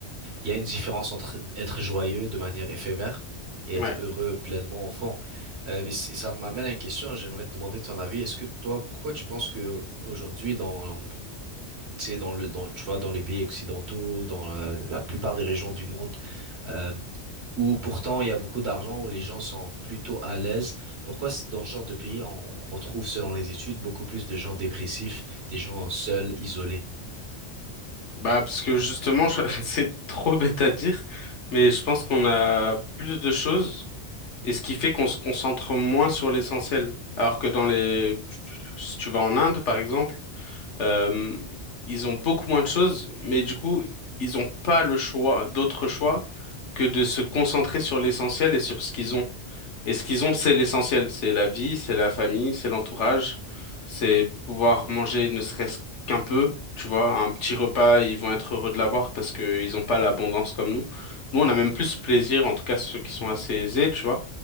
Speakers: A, on the right (about 65°); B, on the left (about 85°).
A: il y a une différence entre être joyeux de manière éphémère et
B: Ouais.
A: être heureux pleinement au fond. Euh, mais si- ça m'amène à une question. hein. J'aimerais te demander ton avis. Est-ce que toi, pourquoi tu penses que aujourd'hui, dans, tu sais, dans le, dans, tu vois, dans les pays occidentaux, dans la, la plupart des régions du monde, euh, où pourtant il y a beaucoup d'argent, où les gens sont plutôt à l'aise. Pourquoi c- dans ce genre de pays, on, on retrouve, selon les études, beaucoup plus de gens dépressifs, des gens seuls, isolés?
B: Bah, parce que justement, je- <laughs> c'est trop bête à dire, mais je pense qu'on a plus de choses, et ce qui fait qu'on se concentre moins sur l'essentiel. Alors que dans les, si tu vas en Inde, par exemple, Euh, ils ont beaucoup moins de choses, mais du coup, ils n'ont pas le choix, d'autre choix que de se concentrer sur l'essentiel et sur ce qu'ils ont. Et ce qu'ils ont, c'est l'essentiel. C'est la vie, c'est la famille, c'est l'entourage, c'est pouvoir manger ne serait-ce qu'un peu. Tu vois, un petit repas, ils vont être heureux de l'avoir parce qu'ils n'ont pas l'abondance comme nous. Nous, on a même plus plaisir, en tout cas ceux qui sont assez aisés, tu vois.